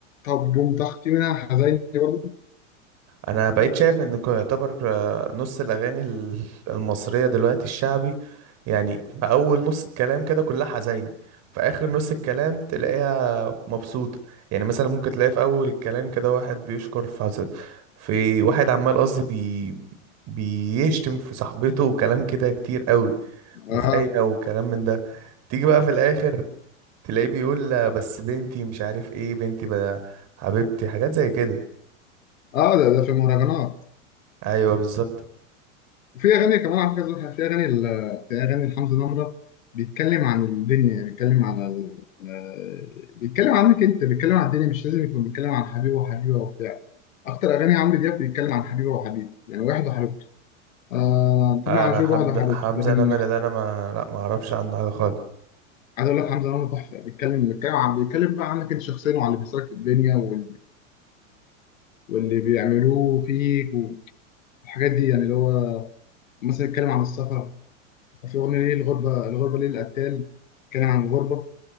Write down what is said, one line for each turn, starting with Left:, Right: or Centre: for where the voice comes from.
Left: طب بوم طخ في منها حزيني برضه
Right: انا بقيت شايف ان كو- يعتبر آه، نص الاغاني ال- المصرية دلوقتي الشعبي يعني في اول نص الكلام كده كلها حزين في اخر نص الكلام تلاقيها مبسوطة يعني مثلا ممكن تلاقي في اول الكلام كده واحد بيشكر في حس- في واحد عمال قصدي بي بيشتم في صاحبته وكلام كده كتير قوي وخاينة
Left: اه
Right: وكلام من ده تيجي بقى في الآخر تلاقيه بيقول لا بس بنتي مش عارف ايه بنتي بقى حبيبتي حاجات زي كده
Left: اه ده, ده في المهرجانات
Right: ايوه بالظبط
Left: وفي اغاني كمان على فكره زوجها في اغاني ال- في اغاني لحمزة نمرة بيتكلم عن الدنيا بيتكلم على ال... آه، بيتكلم عنك انت بيتكلم عن الدنيا مش لازم يكون بيتكلم عن حبيبه وحبيبه وبتاع اكتر اغاني عمرو دياب بيتكلم عن حبيبه وحبيب يعني واحد وحبيبته آه تامر
Right: انا
Left: عاشور
Right: حمزة
Left: واحد وحبيبته
Right: حمزة
Left: لكن
Right: نمرة ده انا ما لا ما اعرفش عنه حاجة خالص
Left: عايز اقول لك حمزة نمرة تحفه بيتكلم بيتكلم عن بيتكلم بقى عنك انت شخصيا وعن اللي بيحصلك في الدنيا وال... واللي بيعملوه فيك والحاجات دي يعني اللي هو مثلا يتكلم عن السفر في أغنية ليه الغربة الغربة ليه القتال بتتكلم عن الغربة